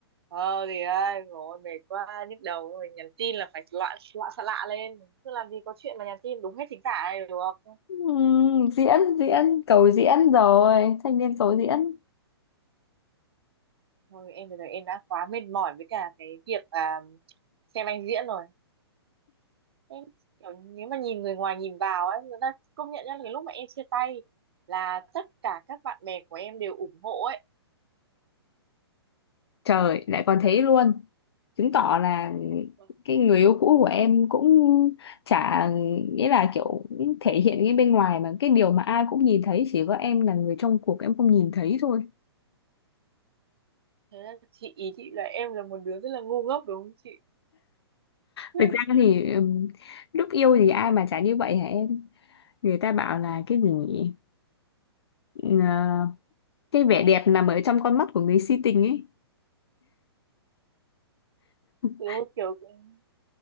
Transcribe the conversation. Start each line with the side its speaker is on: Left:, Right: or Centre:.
Right: ờ thì ơi rồi mệt quá nhức đầu rồi nhắn tin là phải loạn loạn xạ lạ lên chứ làm gì có chuyện mà nhắn tin đúng hết chính tả này được
Left: Ừm, diễn diễn cầu diễn rồi thanh niên cầu diễn
Right: thôi em bây giờ em đã quá mệt mỏi với cả cái việc à, xem anh diễn rồi em kiểu nếu mà nhìn người ngoài nhìn vào ấy người ta công nhận nhá là cái lúc mà em chia tay là tất cả các bạn bè của em đều ủng hộ ấy
Left: trời lại còn thế luôn chứng tỏ là
Right: Vâng.
Left: cái người yêu cũ của em cũng chả nghĩa là kiểu cũng thể hiện cái bên ngoài mà cái điều mà ai cũng nhìn thấy chỉ có em là người trong cuộc em không nhìn thấy thôi
Right: thế là chị ý chị là em là một đứa rất là ngu ngốc đúng không chị <laughs>
Left: Thực ra thì ừm, lúc yêu thì ai mà chả như vậy hả em? Người ta bảo là cái gì nhỉ? Ờ, cái vẻ đẹp nằm ở trong con mắt của người si tình ấy. <laughs>
Right: Đúng kiểu cũng